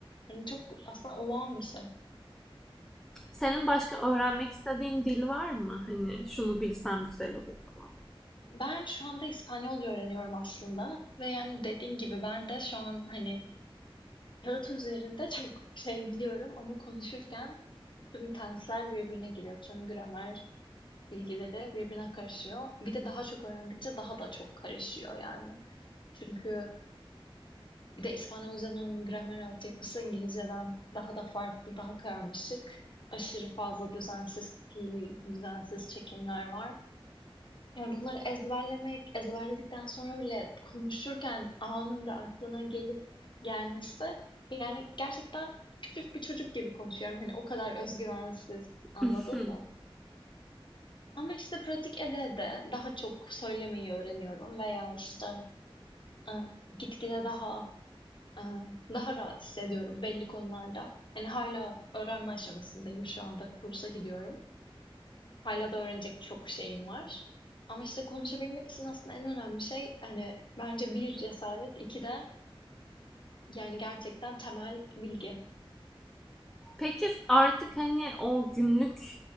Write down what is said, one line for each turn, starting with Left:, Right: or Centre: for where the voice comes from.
Left: Hani çok aslında olağan bir şey.
Centre: Senin başka öğrenmek istediğin dil var mı? Hani şunu bilsem güzel olur falan.
Left: Ben şu anda İspanyolca öğreniyorum aslında ve yani dediğin gibi ben de şu an hani kağıt üzerinde çok şey biliyorum ama konuşurken tüm tensler birbirine giriyor. Tüm gramer bilgileri birbirine karışıyor. Bir de daha çok öğrendikçe daha da çok karışıyor yani. Çünkü Bir de İspanyolcanın gramer altyapısı İngilizceden daha da farklı, daha karmaşık. Aşırı fazla düzensiz fiil, düzensiz çekimler var. Yani bunları ezberlemek, ezberledikten sonra bile konuşurken anında aklına gelip gelmesi, yani gerçekten küçük bir çocuk gibi konuşuyorum. Hani o kadar özgüvensiz, anladın
Centre: <laughs>
Left: mı? Ama işte pratik ede de daha çok söylemeyi öğreniyorum veya işte e, gitgide daha Ee, daha rahat hissediyorum belli konularda. Yani hala öğrenme aşamasındayım şu anda kursa gidiyorum. Hala da öğrenecek çok şeyim var. Ama işte konuşabilmek için aslında en önemli şey hani bence bir cesaret, iki de yani gerçekten temel bilgi.
Centre: Peki artık hani o günlük